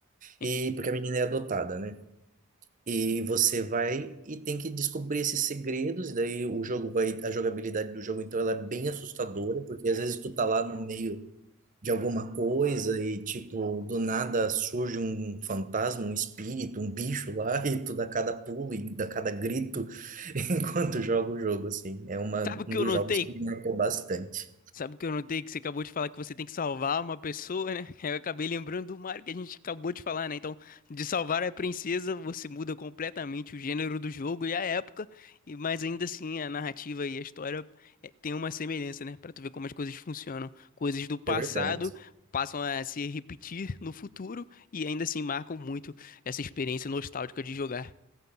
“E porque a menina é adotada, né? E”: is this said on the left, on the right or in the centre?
Right